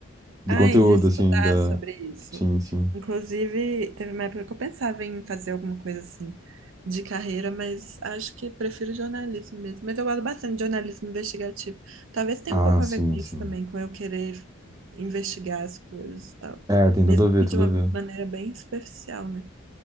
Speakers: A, on the right; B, on the right.
A: Do
B: Ai,
A: conteúdo,
B: de estudar
A: assim, da.
B: sobre isso.
A: Sim, sim.
B: Inclusive, teve uma época que eu pensava em fazer alguma coisa assim de carreira, mas acho que prefiro jornalismo mesmo. Mas eu gosto bastante de jornalismo investigativo. Talvez tenha
A: Ah,
B: um pouco a
A: sim,
B: ver com isso
A: sim.
B: também, com eu querer investigar as coisas e tal.
A: É, tem tudo
B: Mesmo
A: a ver,
B: que
A: tudo
B: de uma
A: a ver.
B: maneira bem superficial, né?